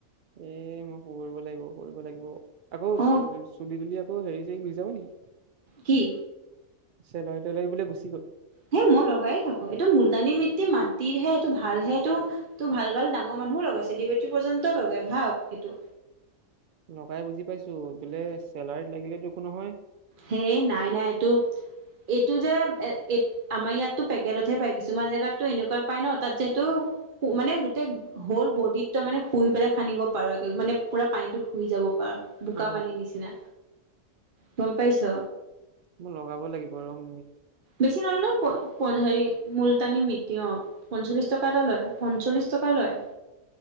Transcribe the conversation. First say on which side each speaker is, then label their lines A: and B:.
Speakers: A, on the right (about 75°); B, on the right (about 45°).
A: এ মোক কৰিব লাগিব কৰিব লাগিব আকৌ,
B: অ
A: তুলি আকৌ হৰি গৰি যাব নেকি,
B: কি।
A: চেলাৰি তেলাৰি বোলে গুচি গ'ল।
B: হে মই লগাই থাকো এইটো মূলতানী মিটি মাটিৰ হে এইটো ভাল হে এইটো, তো ভাল ভাল ডাঙৰ মানুহও লগাই ছেলিবেটি পৰ্যন্তও লগাই ভাব সেইটো।
A: লগাই বুজি পাইছো বোলে চেলাৰীত লাগিলেটো একো নহয়।
B: হে নাই নাই এটো, এইটো যে আমাৰ ইয়াতো পেকেটতহে পায় কিছুমান জেগাত। এনেকুৱা পাই ন তাত যিহেতটো মানে গোটেই হ'ল বডিত, ত মানে শুই পেলাই খানিব পাৰো এক মানে পুৰা পানীটো শুই যাব পাৰো বোকা
A: অ
B: পানীৰ নিচিনা। গম পাইছ।
A: মই লগাব লাগিব ৰোম গৈ।
B: বেছি নহ নহ হেৰি মুলতানী মিতিয় অ, পঞ্চল্লিশ টকা এটা লয় পঞ্চল্লিশ টকা লয়।